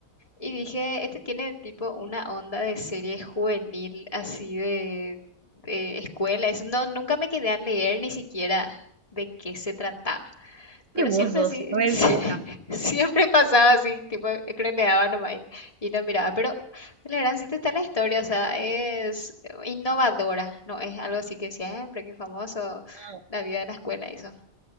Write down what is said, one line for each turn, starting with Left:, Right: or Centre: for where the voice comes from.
Left: y dije, este tiene tipo una onda de serie juvenil, así de, de escuela. Eso no, nunca me quedé a leer ni siquiera de qué se trataba. Pero
Right: Y vos
Left: siempre
Right: sos
Left: así,
Right: re
Left: <laughs>
Right: vieja.
Left: siempre pasaba así, tipo, creneaba nomás y, y no miraba. Pero la gran sí está la historia, o sea, es innovadora, no es algo así que siempre, que famoso,
Right: No,
Left: la vida de la escuela, eso.